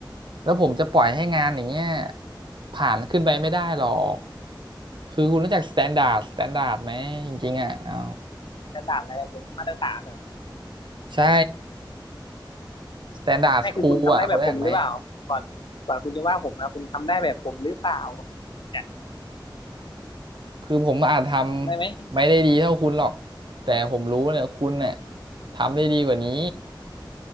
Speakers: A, on the right; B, on the left.
A: แล้วผมจะปล่อยให้งานอย่างเงี้ยผ่านขึ้นไปไม่ได้หรอกคือคุณรู้จักสแตนดาร์ดสแตนดาร์ดไหมจริงๆอ่ะเอา
B: สแตนดาร์ดอะไรอะคุณมาตรฐานเหรอ
A: ใช่สแตนดาร์ดครูอ่ะคุณรู้จักไหม
B: ไม่คือคุณทำได้แบบผมหรือเปล่าก่อนก่อนคุณจะว่าผมนะคุณทำได้แบบผมหรือเปล่าเนี่ย
A: คือผมอาจทำไม่ได้ดีเท่าคุณหรอก
B: ทำได้ไหม
A: แต่ผมรู้เนี่ยคุณเนี่ยทำได้ดีกว่านี้